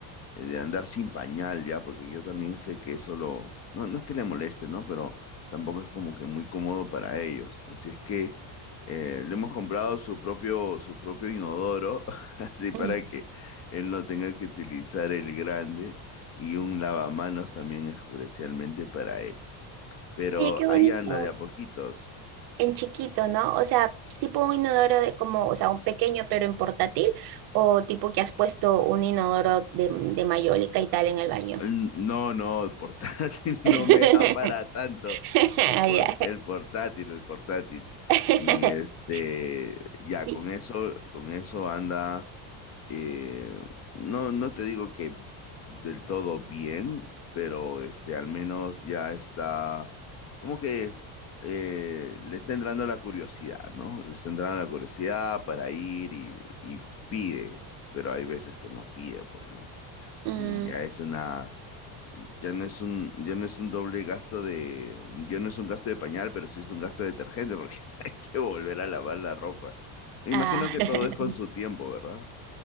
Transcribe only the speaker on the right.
Mm.
Oye, qué bonito.
en chiquito, ¿no? O sea, tipo un inodoro de como, o sea, un pequeño pero en portátil, o tipo que has puesto un inodoro de, de mayólica y tal en el baño.
<laughs>
Ah,
ya.
<laughs>
Y,
mm,
ah.
<laughs>